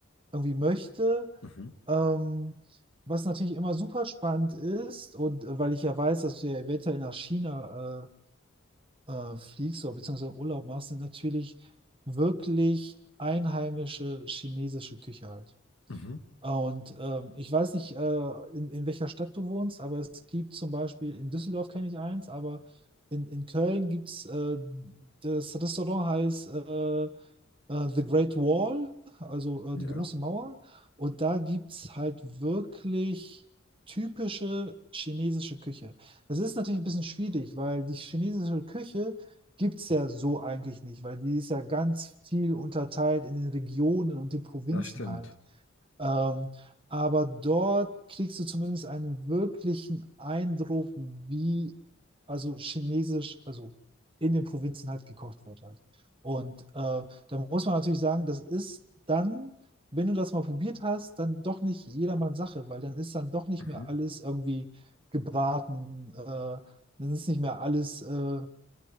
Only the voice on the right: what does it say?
irgendwie möchte.
Ähm, was natürlich immer super spannend ist, und äh, weil ich ja weiß, dass du ja eventuell nach China äh, äh, fliegst oder beziehungsweise Urlaub machst, sind natürlich wirklich einheimische chinesische Küche halt.
Und ähm, ich weiß nicht, äh, in, in welcher Stadt du wohnst, aber es gibt zum Beispiel, in Düsseldorf kenne ich eins, aber in, in Köln gibt es, äh, das Restaurant heißt äh, äh, The Great Wall, also äh,
die große Mauer. Und da gibt es halt wirklich typische chinesische Küche. Das ist natürlich ein bisschen schwierig, weil die chinesische Küche gibt es ja so eigentlich nicht, weil die ist ja ganz viel unterteilt in den Regionen und den Provinzen
halt. Ähm, aber dort kriegst du zumindest einen wirklichen Eindruck, wie also chinesisch, also in den Provinzen halt gekocht wird halt. Und äh, da muss man natürlich sagen, das ist dann, wenn du das mal probiert hast, dann doch nicht jedermanns Sache, weil dann ist dann doch nicht
mehr alles irgendwie gebraten, äh, dann ist nicht mehr alles äh,